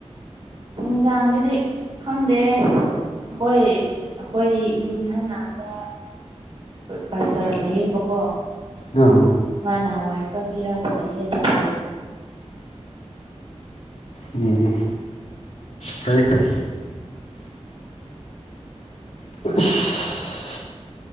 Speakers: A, on the right; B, on the left.
A: ꯅꯨꯡꯗꯥꯡꯗꯗꯤ ꯈꯪꯗꯦ ꯈꯣꯏ ꯑꯩꯈꯣꯏ ꯌꯨꯝꯊꯪꯅꯕꯗ ꯄꯁꯇꯔ ꯂꯩꯌꯦꯕꯀꯣ
B: ꯑ
A: ꯏꯃꯥꯅ ꯍꯋꯥꯏ ꯈꯔ ꯄꯤꯔꯛꯄ ꯂꯩꯌꯦ ꯑꯗꯨ ꯊꯣꯡ
B: ꯎꯝ ꯐꯩ ꯐꯩ ꯢꯁ